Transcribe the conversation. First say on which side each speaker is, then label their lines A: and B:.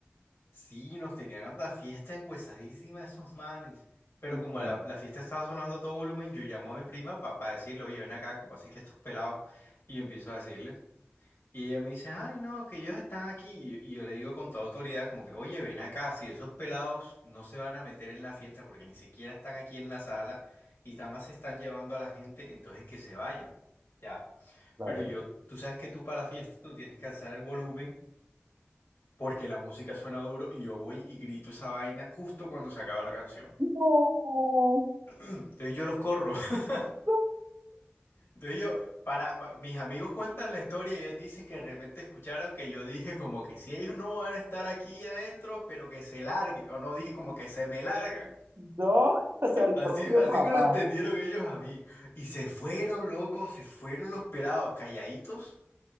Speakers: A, on the left; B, on the right.
A: Sí, nos tenían la fiesta engüesadísima esos manes. Pero
B: Entonces,
A: como la, la fiesta estaba sonando a todo volumen, yo llamo a mi prima para decirle, oye, ven acá, como así que estos pelados. Y empiezo a decirle. Y ella me dice, ay, no, que ellos están aquí. Y, yo y yo le digo con toda autoridad, como que, oye, ven acá, si esos pelados no se van a meter en la fiesta porque ni siquiera están aquí en la sala y nada más se están llevando a la gente, entonces que se vayan. Ya.
B: claro.
A: Pero yo, tú sabes que tú para la fiesta tú tienes que alzar el volumen porque la música suena duro y yo voy y grito esa vaina justo cuando se acaba la canción.
B: No,
A: Entonces yo los corro. <laughs>
B: no,
A: Entonces yo, para, pa- mis amigos cuentan la historia y ellos dicen que de repente escucharon que yo dije como que si ellos no van a estar aquí adentro, pero que se larguen. O no, dije como que se me largan.
B: no. <laughs> O
A: <laughs>
B: sea, el
A: Así,
B: propio
A: así
B: papá.
A: me lo entendieron ellos a mí. Y se fueron, locos, se fueron los pelados, calladitos.